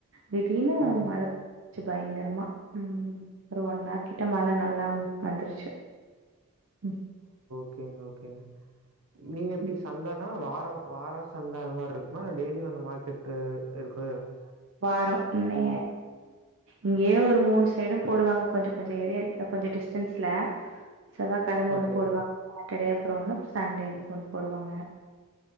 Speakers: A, on the right (about 60°); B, on the right (about 80°).
A: திடீர்னு
B: ம்.
A: மழ வந்திடிச்சு பயங்கரமா உம் ஒரு ஒன்னஆர் கிட்ட மழ நல்லா வந்துருச்சு ம்
B: ஓக்கேங்க ஓக்கேங்க நீங்க எப்படி
A: ம்
B: சன்டேன்னா வார வாரா சண்ட அந்த மாதிரி இருக்குமா டெய்லி வந்த மார்க்கெட் இருக்க
A: வாரம் இ இங்கேயே ஒரு மூணு சைடும் போடுவாங்க கொஞ்சோ கொஞ்சோ ஏரியா கொஞ்சோ டிஸ்டன்ஸ்ல செவாகிழம
B: ஓகே.
A: ஒண்ணு போடுவாங்க அப்புறம்னு சண்டே அன்னைக்கு ஒன்னு போடுவாங்க